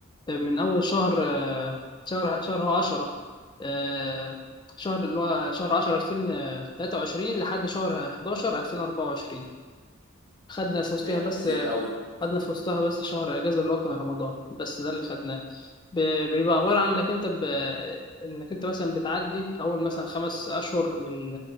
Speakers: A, on the left; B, on the left.
A: من أول شهر آه، شهر شهر هو 10 آه، شهر اللي هو شهر 10 2023 لحد شهر 11 2024 خدنا في وسطها
B: ياه
A: بس
B: كتير قوي
A: خدنا في وسطها بس شهر اجازه اللي هو كان رمضان بس ده اللي خدناه ب- بيبقى عباره عن انك انت ب... انك انت مثلا بتعدي اول مثلا خمس اشهر من